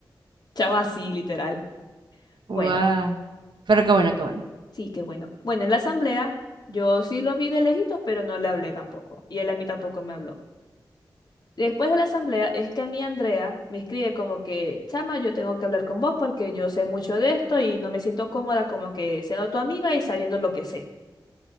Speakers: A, on the left; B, on the right.
A: Chama así, literal.
B: <laughs>
A: Bueno,
B: Guau. Pero qué bueno, qué bueno.
A: sí, qué bueno. Bueno, en la asamblea yo sí lo vi de lejitos, pero no le hablé tampoco. Y él a mí tampoco me habló. Después de la asamblea es que a mí Andrea me escribe como que, chama, yo tengo que hablar con vos porque yo sé mucho de esto y no me siento cómoda como que siendo tu amiga y sabiendo lo que sé.